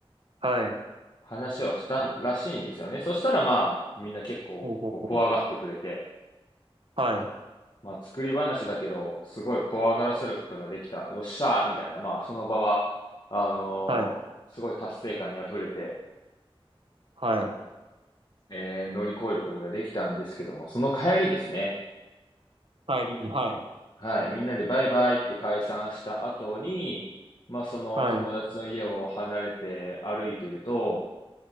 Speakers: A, on the right; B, on the left.
A: はい。
B: 話をしたらしいんですよね。そしたらまあ、みんな結構こう怖がってくれて、
A: ほうほうほう。はい。
B: まあ、作り話だけど、すごい怖がらせることができた。よっしゃーみたいな、まあ、その場は、あのーすごい達成感に溢れて、
A: はい。はい。
B: えー乗り越えることができたんですけども、その帰りですね。
A: 帰りにはい。
B: はい。みんなでバイバイって解散した後に、まあ、その友達の家を離れて歩いてると、
A: はい。